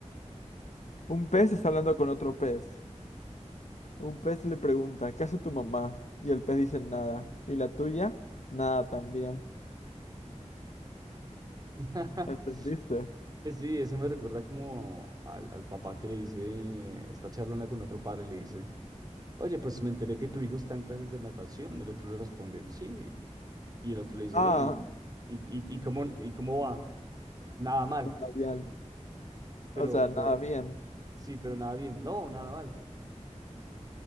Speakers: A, on the left; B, on the right.
A: Un pez está hablando con otro pez. Un pez le pregunta, ¿qué hace tu mamá? Y el pez dice nada. ¿Y la tuya? Nada también.
B: <laughs>
A: ¿Entendiste?
B: Eh, Sí, ese me recuerda como al, al papá que le dice, está charlando con otro padre, le dice. Oye, pues me enteré que tu hijo está en clases de natación. Y el otro le responde, sí. Y el otro le dice,
A: Ah,
B: bueno, ¿y, y, y, y cómo, y cómo va? Nada mal.
A: labial.
B: Pero,
A: O sea, nada
B: pero,
A: bien.
B: sí, pero nada bien. No, nada mal.